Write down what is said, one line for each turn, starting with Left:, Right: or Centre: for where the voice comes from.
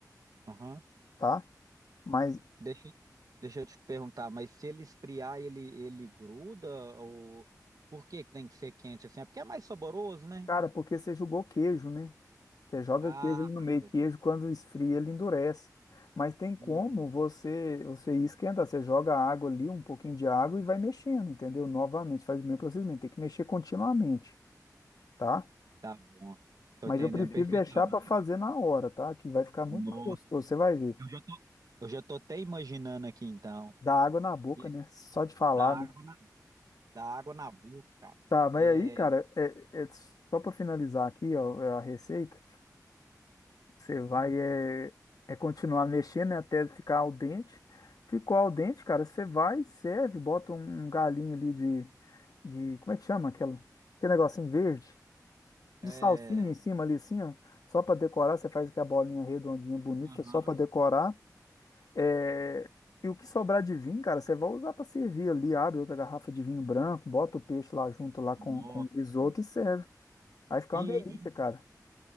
Right: Aham.
Left: tá? Mas,
Right: Deixa, deixa eu te perguntar, mas se ele esfriar, ele, ele gruda? Ou por que que tem que ser quente assim? É porque é mais saboroso, né?
Left: cara, porque você jogou queijo, né? Você joga
Right: Ah,
Left: queijo ali no
Right: tá
Left: meio,
Right: certo.
Left: queijo quando esfria ele endurece. Mas tem como
Right: Uhum.
Left: você você esquentar, você joga água ali, um pouquinho de água e vai mexendo, entendeu? Novamente, faz o mesmo procedimento, tem que mexer continuamente, tá?
Right: Tá bom. Tô
Left: Mas
Right: entendendo
Left: eu prefiro
Right: perfeitamente.
Left: deixar para fazer na hora, tá? Que vai ficar muito
Right: Nossa,
Left: mais gostoso, você vai ver.
Right: eu já tô. Eu já tô até imaginando aqui então.
Left: Dá água na boca,
Right: Be-
Left: né? Só de falar,
Right: Dá
Left: né?
Right: água na, dá água na boca, cara.
Left: Tá, mas
Right: É,
Left: aí, cara, é, é só para finalizar aqui, ó, a receita. Você
Right: Uhum.
Left: vai é, é continuar mexendo, né, até ficar al dente. Ficou al dente, cara, você vai, serve, bota um um galinho ali de, de, como é que chama aquela? Aquele negocinho verde,
Right: É,
Left: de salsinha em cima ali assim, ó, só para decorar, você faz aquela bolinha redondinha bonita,
Right: Aham.
Left: só para decorar. É, e o que sobrar de vinho, cara, você vai usar para servir ali, abre outra garrafa de vinho branco, bota o peixe lá junto lá com,
Right: Nossa,
Left: com o risoto
Right: cara.
Left: e serve. Aí fica
Right: e,
Left: uma delícia,
Right: e
Left: cara. <laughs>